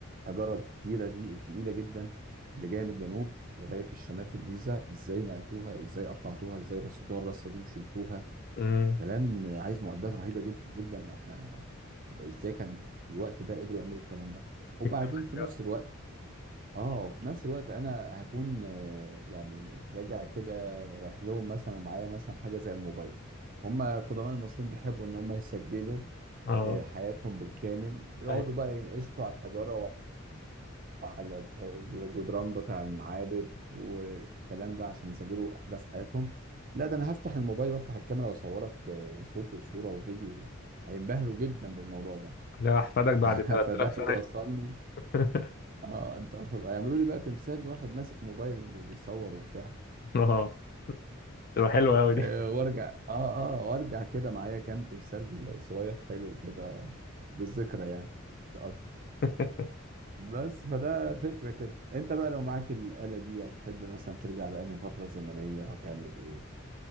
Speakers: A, on the right; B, on the left.
A: الحجارة الكتيرة دي التقيلة جدا اللي جاية من الجنوب لغاية الشمال في الجيزة إزاي نقلتوها إزاي قطعتوها إزاي رصتوها الرصة دي وشلتوها
B: امم
A: كلام عايز معدات رهيبه جدا جدا احنا ازاي كان في الوقت ده قدروا يعملوا الكلام ده وبعدين
B: تكنولوجيا
A: في نفس الوقت اه في نفس الوقت انا هكون آه، يعني راجع كده رايح لهم مثلا ومعايا مثلا حاجه زي الموبايل هم قدماء المصريين بيحبوا ان هم يسجلوا
B: اه
A: آه، حياتهم بالكامل يقعدوا
B: ايوه
A: بقى ينقشوا على الحجاره على الح- الجدران بتاع المعابد والكلام ده عشان يسجلوا احداث حياتهم لا ده انا هفتح الموبايل وافتح الكاميرا واصورك آه، صوت وصوره وفيديو هينبهروا جدا بالموضوع ده
B: لو احفادك بعد
A: <laughs>
B: 3000
A: فده
B: سنة
A: يوصلني
B: <laughs>
A: اه انت هيعملوا لي بقى تمثال لواحد ماسك موبايل وبيصور وبتاع
B: اه تبقى حلوة قوي دي
A: آه، وارجع اه اه وارجع كده معايا كام تمثال صغير حلو كده بالذكرى يعني مش أكتر.
B: <laughs>
A: بس فده فكرة كده انت بقى لو معاك الآلة دي هتحب مثلا ترجع لأنهي فترة زمنية هتعمل ايه